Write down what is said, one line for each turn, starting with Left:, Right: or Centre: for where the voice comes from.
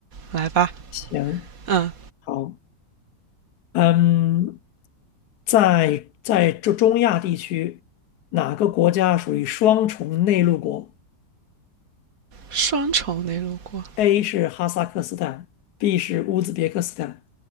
Right: 来吧，
Left: 行，
Right: 嗯，
Left: 好，嗯，在在中中亚地区，哪个国家属于双重内陆国
Right: 双重内陆过。
Left: ？A 是哈萨克斯坦，B 是乌兹别克斯坦